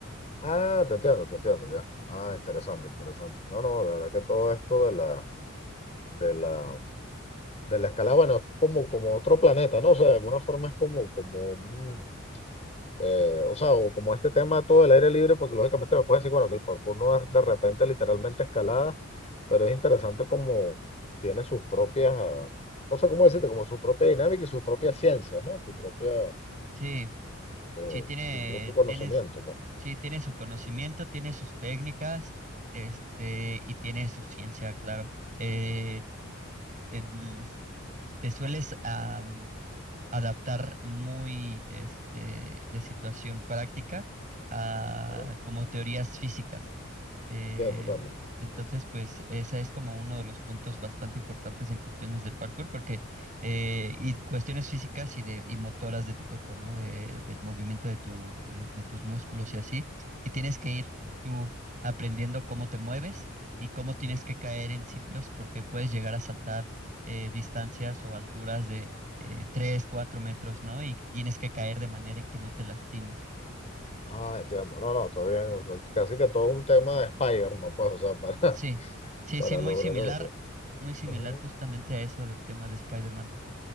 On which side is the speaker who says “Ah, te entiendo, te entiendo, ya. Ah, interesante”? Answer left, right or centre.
Left